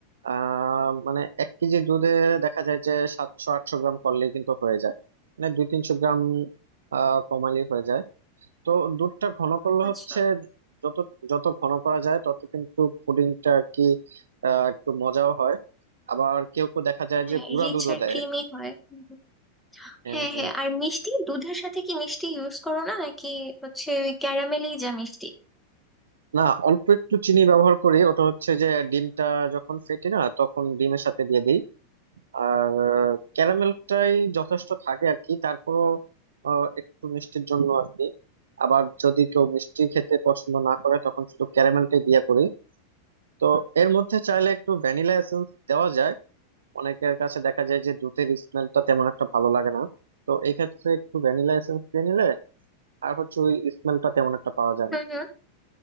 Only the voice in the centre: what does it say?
আচ্ছা
হ্যাঁ
রিচ
আর
ক্রিমি হয় হুম, হুম।
হ্যাঁ
হ্যাঁ আর মিষ্টি দুধের সাথে কি মিষ্টি ইউজ করো না নাকি হচ্ছে ওই ক্যারামেলি যা মিষ্টি
হুম
হুম